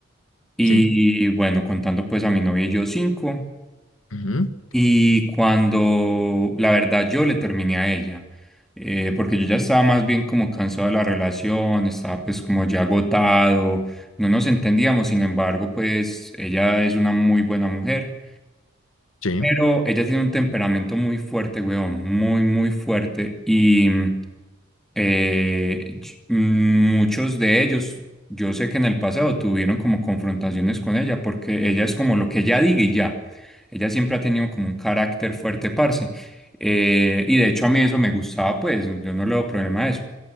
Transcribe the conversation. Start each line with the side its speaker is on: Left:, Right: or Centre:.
Centre: Y
Left: Sí,
Centre: bueno, contando pues a mi novia y yo cinco.
Left: ujú,
Centre: Y cuando la verdad yo le terminé a ella, eh, porque yo ya estaba más bien como cansado de la relación, estaba pues como ya agotado, no nos entendíamos, sin embargo pues ella es una muy buena mujer
Left: sí,
Centre: pero ella tiene un temperamento muy fuerte, weón, muy, muy fuerte. Y mm, eh, ch- mm, muchos de ellos, yo sé que en el pasado tuvieron como confrontaciones con ella, porque ella es como lo que ella diga y ya. Ella siempre ha tenido como un carácter fuerte, parce. Eh, y de hecho a mí eso me gustaba, pues, yo no le doy problema a eso.